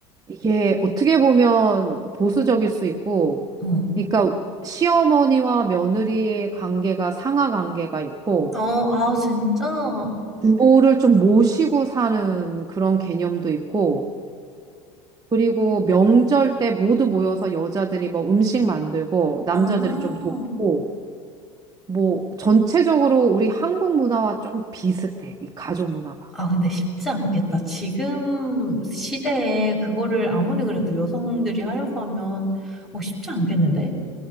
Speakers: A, on the right; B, in the centre.
A: 이게 어떻게 보면 보수적일 수 있고,
B: 어.
A: 그러니까 시어머니와 며느리의 관계가 상하 관계가 있고,
B: 어, 아, 진짜? 어,
A: 부모를 좀 모시고 사는 그런 개념도 있고, 그리고 명절 때 모두 모여서 여자들이 뭐 음식 만들고, 남자들이
B: 아,
A: 좀 돕고, 뭐 전체적으로 우리 한국 문화와 좀 비슷해. 이 가족 문화가.
B: 아, 근데 쉽지 않겠다. 지금 시대에 그거를 아무리 그래도 여성들이 하려고 하면, 어, 쉽지 않겠는데?